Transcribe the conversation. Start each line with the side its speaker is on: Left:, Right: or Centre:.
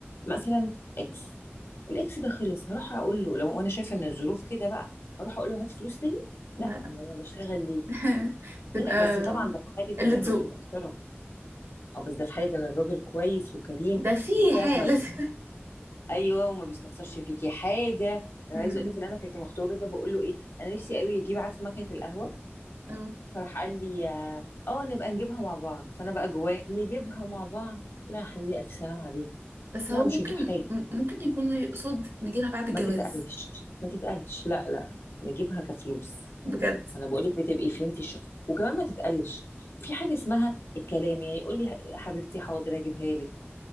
Left: مثلا اكس الاكس ده خلص هروح اقول له لو انا شايفه ان الظروف كده بقى هروح اقول له هات فلوس تاني
Right: لا
Left: لا هو
Right: لا
Left: انا بشتغل ليه
Right: <laughs> تبقى
Left: مين بس طبعا ده في حاله
Right: قلة
Left: ان الراجل
Right: ذوق
Left: محترم اه بس ده في حاله ان الراجل كويس وكريم
Right: ده في
Left: وفعلا
Right: حالة
Left: ما بي-
Right: <laughs>
Left: ايوه وما بيستخسرش فيكي حاجه انا
Right: أمم.
Left: عايزه اقول لك اللي انا كنت مختاره ده بقول له ايه انا نفسي قوي يجيب عارفه مكنه القهوه
Right: اه
Left: فراح قال لي اه آه، نبقى نجيبها مع بعض فانا بقى جواه نجيبها مع بعض لا يا حبيبي الف سلام عليك
Right: بس
Left: لا
Right: هو
Left: مش
Right: ممكن
Left: هجيب حاجه
Right: م- ممكن يكون يقصد نجيلها بعد الجواز
Left: ما تتقلش ما تتقلش لا لا نجيبها كفلوس
Right: بجد
Left: انا بقول لك بتبقي فهمتي الشخص وكمان ما تتقلش في حاجه اسمها الكلام يعني يقول لي حبيبتي حاضر هجيبها لك